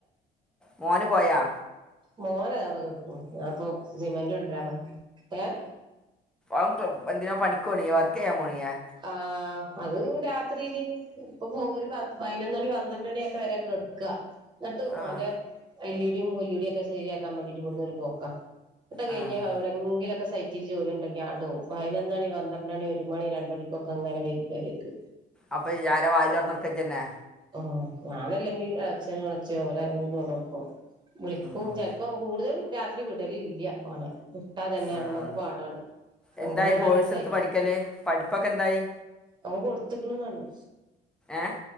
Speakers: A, in the centre; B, on the right.
A: മോന് പോയാ
B: മോനത അവിടെ കെടക്കണ് ഞാനിപ്പോ സിമെന്റ് കൊണ്ടരാൻ പറഞ്ഞു ഏഹ
A: ഓൻപ്പൊ എന്തിനാ പണിക്കോണില്ലേ വർക്ക് ചെയ്യാൻ പോണില്ലെ
B: ആഹ് അത് രാത്രിയില് ഇപ്പൊപോവും ഒരു പതിനൊന്ന് മണി പന്ത്രണ്ട് മണിയൊക്കെ വരെ കേടു ക്ക എന്നിട്ട്
A: ആ
B: ഓന്റെ എല്ലിടിയും കൊല്ലടിയും ഒക്കെ ശരിയാക്കാൻ വേണ്ടിട്ട് ഇവിടുന്നൊരു പോക്കാ നട്ടത് കഴിഞ്ഞ
A: ആഹ്
B: എവിടെങ്കിലൊക്കെ സൈറ്റിൽ ജോലി ഉണ്ടെങ്കിൽ ആണ്ടോവും പതിനൊന്ന്മണി പന്ത്രണ്ട് മണി ഒരു മണി രണ്ട് മണി കൊങ്ങനെ വരും പെരേക്ക്
A: അപ്പൊയ്യാരാ വായിലോറന്നുടുക്കാ ഇജ്ജന്നെ
B: ആഹ് ഞാനല്ലെങ്കി അച്ചനെ വിളച്ച ഓലാരെങ്കിലും തോറന്നൊടുക്കും വിളി ക്കും
A: ഉം
B: ചിലപ്പോം കൂടുതലും രാത്രി വിടലില്ല ഓനെ വിട്ടാതന്നെ
A: ആഹ്
B: നമ്മുക്ക് പാടാണ്
A: എന്തായി
B: അങ്ങനാണ്ട്
A: കോഴ്സ്
B: സൈറ്റ്
A: എടുത്ത് പഠിക്കല് പഠിപ്പൊക്കെ എന്തായി
B: അവൻ കൊടുത്തക്കണ്ന്ന് പറഞ്ഞു
A: ഏഹ്